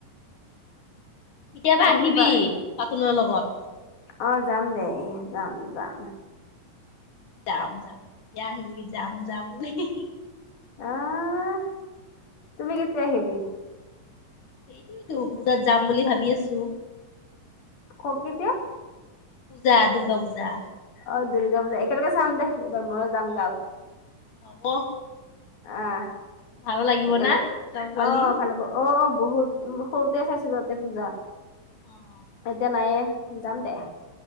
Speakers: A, on the left (about 65°); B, on the left (about 85°).
A: কেতিয়াবা আহিবি
B: কিবা
A: পাতুলৰ লগত।
B: অ' যাম দে, যাম যাম।
A: যাম, যাম যেতিয়া আহিবি যাম, যাম হি হি হি।
B: আহ' তুমি কেতিয়া আহিবি?
A: সেইটোইতো পূজাত যাম বুলি ভাবি আছোঁ।
B: ক'ত কেতিয়া?
A: পূজা, দুৰ্গা পূজা।
B: অ' দুৰ্গা পূজা, একেলগে চাম দে এইবাৰ ময়ো যাম
A: অ
B: গাঁৱত।
A: হ'ব।
B: আহ'
A: ভালো লাগিব
B: একেলগে
A: না
B: <unintelligible>
A: লগ পালি
B: অ ভাল হ'ব। অ বহুত সৰুতেই চাইছিলো ইয়াতেই পূজা,
A: অ।
B: এতিয়া নাইয়েই যাম দে